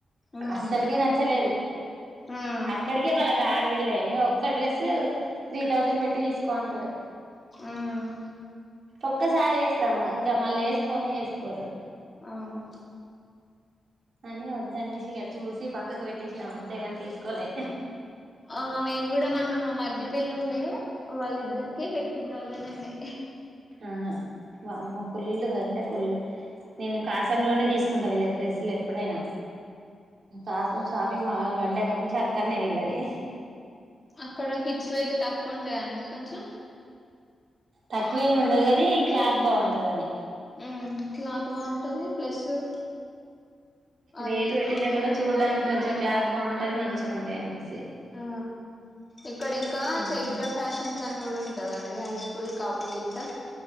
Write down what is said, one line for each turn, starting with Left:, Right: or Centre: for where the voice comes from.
Left: ఉమ్
Right: అస్సలుకే నచ్చలేదు
Left: ఉమ్
Right: అక్కడికే వాళ్ళ కా రు వేలయినయ్ ఒక్క డ్రెస్ త్రీ థౌజండ్ పెట్టి తీసుకో అంటడు
Left: ఉమ్
Right: ఒక్కసారి వేస్తాము ఇంకా మళ్ళా వేసుకొని వేసుకోరు
Left: అవును
Right: అని వద్దనేసిగా ఇగ చూసి పక్కకు పెట్టేసినాం అంతేగాని తీసుకోలే
Left: ఆ మేము కూడా మన్న మా మరిది పెళ్లి ఉండే వాళ్ళిద్దరిక ఫిఫ్టీన్ థౌసండ్ ఐనయ్
Right: ఆ వామ్మో ఫుల్ అంటే ఫుల్ నేను కాసం లోనే తీసు. కుంటా వీళ్ళకు డ్రస్సులేప్పుడైనా కాసం. షాపింగ్ మాలల్ పడ్డ కాంచి అక్కనే వీళ్ళది.
Left: అక్కడ గిట్చ్స్ వేడ్ తక్కువ ఉంటాయండి కొంచం.
Right: తక్కువేమ్ ఉండదు గని క్లాత్ బాగుంటందని.
Left: ఉమ్ క్లాత్ బాగుంటది ప్లసూ అది
Right: రేటు పెట్టినా
Left: ఇక్క.
Right: కూడా చూడ్డానికి కొంచం క్లాత్ బాగుంటుంది మంచిగుంటయ్ అనేసి.
Left: ఆ ఇక్కడ ఇంకా
Right: ఉహు
Left: చైత్రం. ఫ్యాషన్స్న్ కంగ ఉంటందండి హై స్కూల్ కా పోజిట్దా